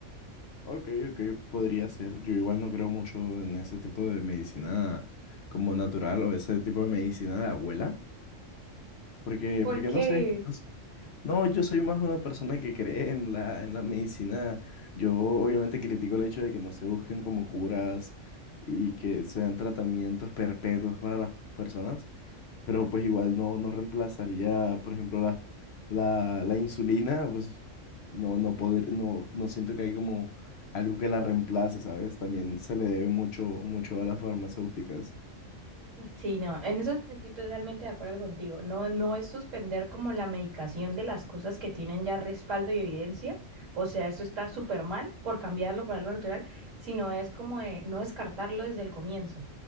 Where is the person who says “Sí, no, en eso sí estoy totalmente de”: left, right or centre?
Right